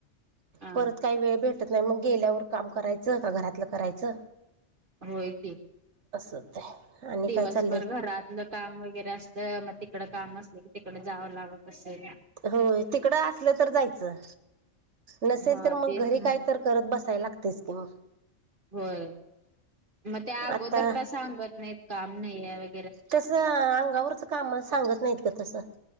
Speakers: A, on the right; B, on the right.
A: अ
B: परत काही वेळ भेटतं नाही मग गेल्यावर काम करायचं का घरातलं करायचं.
A: हो यती
B: असं होतंय आणि
A: दिवसभर
B: काय चाललंय
A: घरातलं काम वगैरे असत मग ते तिकड काम असले की तिकड जावं लागत असेल
B: होय तिकडं असलं तर जायचं. नसेल
A: हा
B: तर मग
A: तेच
B: घरी
A: ना
B: काय तर करत बसाय लागतयच कि म.
A: व्हय म ते आगोदर
B: आता
A: का सांगत नाहीत काम नाई हाय
B: तस अंगावरच काम सांगत नाहीत ग तस.